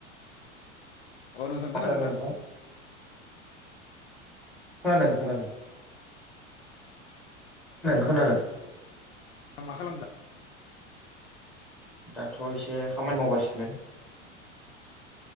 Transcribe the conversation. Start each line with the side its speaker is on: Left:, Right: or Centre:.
Left: अ नोंथां
Centre: खोनादों
Left: खोनादोंना?
Centre: नोंथां खोनादों खोनादों खोनादों।
Left: दा मा खालामदों
Centre: दाथ' एसे खामानि मावगासिनो।